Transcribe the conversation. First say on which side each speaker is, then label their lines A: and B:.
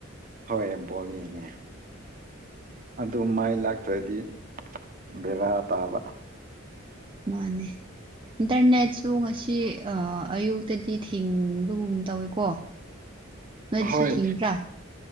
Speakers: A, on the right; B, on the right.
A: ꯍꯣꯏ ꯕꯣꯜ ꯌꯦꯡꯉꯦ ꯑꯗꯨ ꯃꯥꯏ ꯂꯥꯛ ꯇꯗꯤ ꯕꯦꯔꯥ ꯇꯥꯕ
B: ꯃꯥꯅꯦ ꯏꯟꯇꯔꯅꯦꯠꯁꯨ ꯉꯁꯤ ꯑꯌꯨꯛꯇꯗꯤ ꯊꯤꯡꯕꯒꯨꯝ ꯇꯧꯋꯦꯀꯣ ꯅꯣꯏꯗꯁꯨ
A: ꯍꯣꯏ
B: ꯊꯤꯡꯕ꯭ꯔꯥ